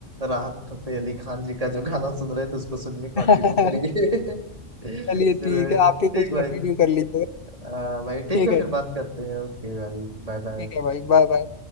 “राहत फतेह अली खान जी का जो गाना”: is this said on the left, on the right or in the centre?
Right